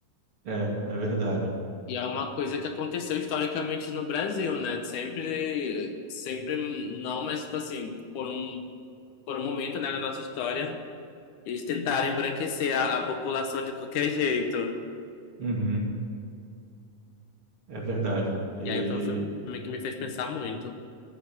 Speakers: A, on the right; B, on the left.
A: é, é verdade.
B: E é uma coisa que aconteceu historicamente no Brasil, né? Sempre, sempre não, mas tipo assim, por um, por um momento, né, da nossa história. Eles tentaram embranquecer a, a população de qualquer jeito.
A: Uhum, é verdade. E,
B: E aí foi um filme que me fez pensar muito.